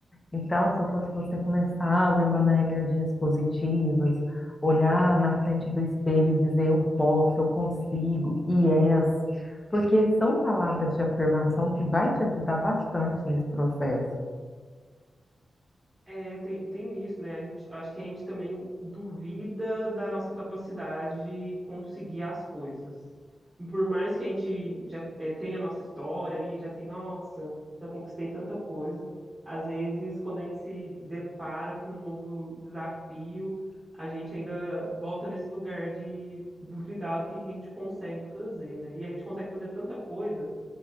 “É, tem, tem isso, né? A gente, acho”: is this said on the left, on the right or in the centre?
Right